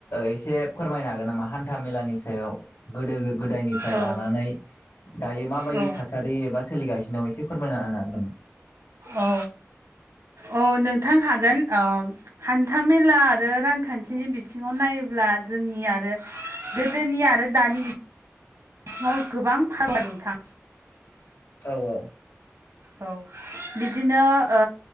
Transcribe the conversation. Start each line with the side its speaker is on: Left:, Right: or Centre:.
Left: एसे फोरमायनो हागोन नामा हान्था मेलानि सायाव गोदो गोदायनिफ्राय
Right: औ
Left: लानानै दायो माबायदि
Right: औ
Left: थासारि एबा सोलिगासिनो दं एसे फोरमायना होन हागोन नामा
Right: औ औ नोंथां हागोन हान्थामेला आरो रांखान्थिनि बिथिङाव नायोब्ला जोंनि आरो गोदोनि आरो दानि बि बिथिङाव गोबां फाराग नोंथां
Left: औ औ
Right: औ बिदिनो ओ